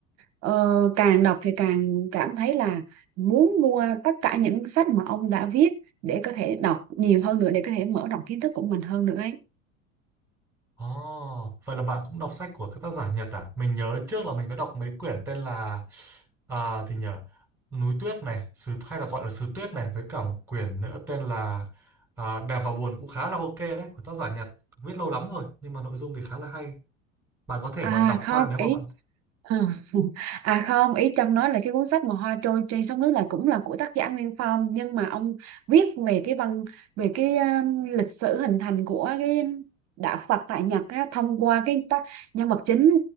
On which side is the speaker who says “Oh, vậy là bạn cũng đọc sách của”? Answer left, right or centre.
Centre